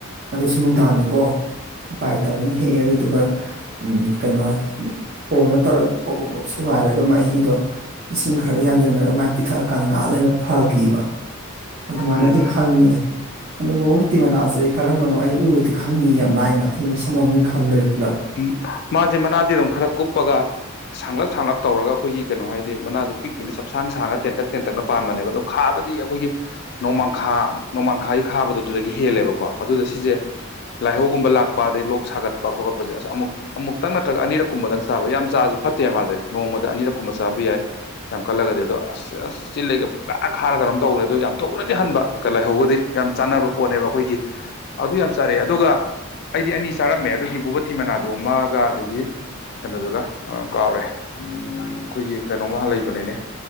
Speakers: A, on the right; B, on the left.
A: ꯑꯗꯨꯁꯨ ꯅꯨꯡꯗꯥꯡꯅꯤꯀꯣ ꯎꯄꯥꯏ ꯂꯩꯇꯃꯤꯅ ꯍꯦꯛꯑꯦ ꯑꯗꯨꯗꯨꯒ ꯎꯝ ꯀꯩꯅꯣ ꯈꯣꯟꯅ ꯇꯧꯔ ꯄꯣꯞ ꯄꯣꯞ ꯄꯣꯞ ꯁꯨꯒꯥꯏꯔꯒ ꯃꯍꯤꯗꯣ ꯏꯁꯤꯡ ꯈꯔ ꯌꯥꯟꯖꯟꯅꯔꯒ ꯑꯃꯥꯏ ꯄꯤꯊꯛ ꯑꯀꯥꯟꯗ ꯉꯥꯍꯥꯛ ꯂꯩꯔ ꯐꯒꯤꯕ ꯑꯗꯨꯃꯥꯏꯅꯗꯤ
B: ꯎꯝ
A: ꯈꯪꯉꯦ ꯑꯗꯨꯕꯨ ꯇꯤ ꯃꯅꯥꯖꯦ ꯑꯩ ꯀꯔꯝꯕꯅꯣ ꯑꯩ ꯎꯔꯗꯤ ꯈꯪꯅꯤꯌꯦ ꯌꯥꯝ ꯂꯥꯏꯅ ꯑꯩ ꯃꯁꯛ ꯃꯃꯤꯡ ꯈꯪꯗ꯭ꯔꯦ ꯄꯨꯂꯞ
B: ꯎꯝ ꯃꯥꯖꯦ ꯃꯅꯥꯗꯤ ꯑꯗꯨꯝ ꯈꯔ ꯀꯨꯞꯄꯒ ꯁꯥꯡꯂꯞ ꯁꯥꯡꯂꯞ ꯇꯧꯔꯒ ꯑꯩꯈꯣꯏꯒꯤ ꯀꯩꯅꯣ ꯍꯥꯏꯗꯤ ꯃꯅꯥꯖꯦ ꯄꯤꯛ ꯄꯤꯛꯅ ꯆꯞꯁꯥꯡ ꯁꯥꯡꯉ ꯇꯦꯟꯇꯛ ꯇꯦꯟꯇꯛꯅ ꯄꯥꯟꯕꯅꯦꯕ ꯑꯗꯣ__ ꯈꯥꯕꯗꯤ ꯑꯩꯈꯣꯏꯒꯤ ꯅꯣꯡꯃꯥꯡꯈꯥ ꯅꯣꯡꯃꯥꯡꯈꯥꯏꯒꯤ ꯈꯥꯕꯗꯨ ꯑꯗꯨꯗꯒꯤ ꯍꯦꯜꯂꯦꯕꯀꯣ ꯑꯗꯨꯗ ꯁꯤꯖꯦ ꯂꯥꯏꯍꯧꯒꯨꯝꯕ ꯂꯥꯛꯄ ꯑꯗꯩ ꯂꯣꯛ ꯁꯥꯒꯠꯄ ꯈꯣꯠ ꯄꯖꯦ ꯑꯁꯥ ꯑꯃꯨꯛ ꯑꯃꯨꯛꯇꯪ ꯅꯠꯇ꯭ꯔꯒ ꯑꯅꯤꯔꯛ ꯀꯨꯝꯕꯗꯪ ꯆꯥꯕ ꯌꯥꯝ ꯆꯥꯔꯖꯨ ꯐꯠꯇꯦꯕ ꯃꯥꯖꯦ ꯅꯣꯡꯃꯗ ꯑꯅꯤꯔꯛ ꯀꯨꯝꯕ ꯆꯥꯕ ꯌꯥꯏ ꯌꯥꯝ ꯀꯜꯂꯒꯗꯤ ꯑꯗꯣ ꯑꯁ ꯑꯁ ꯆꯤꯜꯂꯩꯒ ꯄꯨꯛꯈꯥ ꯈꯥꯔꯒ ꯀꯩꯅꯣꯝ ꯇꯧꯕꯅꯦ ꯑꯗꯣ ꯌꯥꯝ ꯊꯨꯅꯗꯤ ꯍꯟꯕ ꯀ ꯂꯥꯏꯍꯧꯕꯗꯤ ꯌꯥꯝ ꯆꯥꯟꯅꯕ ꯄꯣꯠꯅꯦꯕ ꯑꯩꯈꯣꯏꯒꯤ ꯑꯗꯨ ꯌꯥꯝ ꯆꯥꯔꯛꯑꯦ ꯑꯗꯨꯒ ꯑꯩꯗꯤ ꯑꯅꯤ ꯆꯥꯔꯝꯃꯦ ꯑꯗꯨꯒꯤ ꯚꯣꯕꯇꯤ ꯃꯅꯥꯗꯣ ꯑꯃꯒ ꯑꯗꯒꯤ ꯀꯩꯅꯣꯗꯨꯒ ꯑ ꯀꯥꯎꯔꯦ ꯎꯝ ꯑꯩꯈꯣꯏꯒꯤ ꯀꯩꯅꯣꯃꯍ ꯂꯩꯕꯅꯤꯅꯦ